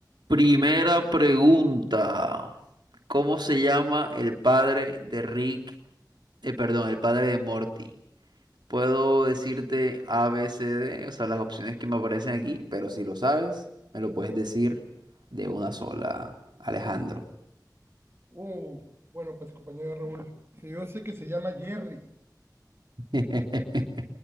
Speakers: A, on the right; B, on the right.
A: Primera pregunta. ¿Cómo se llama el padre de Rick? Eh, perdón, el padre de Morty. Puedo decirte A, B, C, D, o sea, las opciones que me aparecen aquí, pero si lo sabes, me lo puedes decir de una sola, Alejandro.
B: Uh, bueno, pues compañero Raúl, si yo sé que se llama Jerry,
A: <laughs>